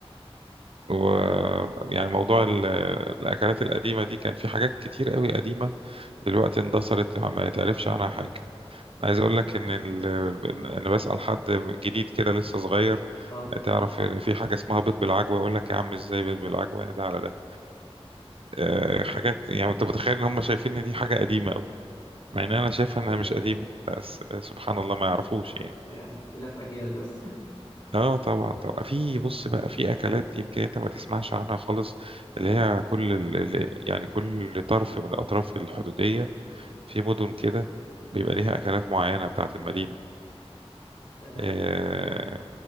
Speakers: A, on the right; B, on the left.
A: ويعني موضوع ال- الأكلات القديمة دي كان في حاجات كتير قوي قديمة دلوقتي اندثرت يعني ما يتعرفش عنها حاجة أنا عايز أقول لك إن ال... أنا بسأل حد جديد كده لسه صغير
B: آه
A: تعرف في حاجة اسمها بيض بالعجوة يقول لك يا عم إزاي بيض بالعجوة يعني ده على ده أه حاجات يعني أنت متخيل إن هم شايفين إن دي حاجة قديمة قوي مع إن أنا شايفها إنها مش قديمة بس سبحان الله ما يعرفوش يعني
B: يعني اختلاف أجيال بس
A: اه طبعا طبعا في بص بقى في اكلات يمكن انت ما تسمعش عنها خالص اللي هي كل ال... ال- يعني كل طرف من الاطراف الحدوديه في مدن كده بيبقى ليها اكلات معينه بتاعه المدينه
B: آه،
A: آه...